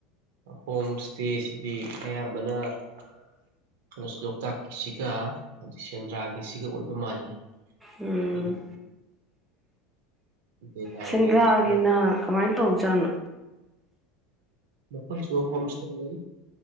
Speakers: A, on the right (about 80°); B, in the centre.
A: ꯍꯣꯝ ꯏꯁꯇꯦꯁꯤꯗꯤ ꯑꯌꯥꯝꯕꯅꯩꯅ ꯂꯣꯛꯇꯥꯛꯀꯤꯁꯤꯒ ꯑꯩ ꯁꯦꯟꯗ꯭ꯔꯥꯒꯤ ꯁꯤꯒꯤ ꯑꯣꯏꯕ ꯃꯥꯜꯂꯤ
B: ꯎꯝ
A: ꯑꯗꯒꯤꯗꯤ ꯗꯦ ꯇꯥꯏꯝꯒꯤ
B: ꯁꯦꯟꯗ꯭ꯔꯥꯒꯤꯅ
A: ꯒꯥꯔꯗꯦꯟ
B: ꯀꯃꯥꯏꯅ ꯇꯧꯖꯥꯠꯅꯣ
A: ꯃꯈꯣꯏꯁꯨ ꯍꯣꯝ ꯏꯁꯇꯦ ꯂꯩ